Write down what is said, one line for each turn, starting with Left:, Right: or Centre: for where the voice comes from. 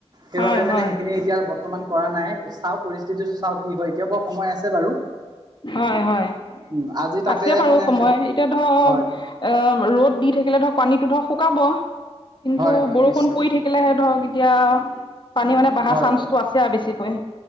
Right: সেইবাবে
Left: হয়
Right: মানে
Left: হয়
Right: সেইখিনি এতিয়া বৰ্তমান কৰা নাই চাও পৰিস্থিতিটো চাও কি হয় এতিয়া ব সময় আছে বাৰু
Left: হয়-হয়
Right: উম আজি তাতে
Left: আছে বাৰু
Right: মানে
Left: সময় এতিয়া ধৰ অ'
Right: হয়
Left: ৰ'দ দি থাকিলে ধৰক পানীটো ধৰক শুকাব কিন্তু
Right: হয় হয়
Left: বৰষুণ
Right: নিশ্চয়
Left: পৰি থাকিলেহে ধৰক এত এতিয়া পানী মানে বাহা
Right: হয়
Left: চাঞ্চটো আছে আ বেছিকৈ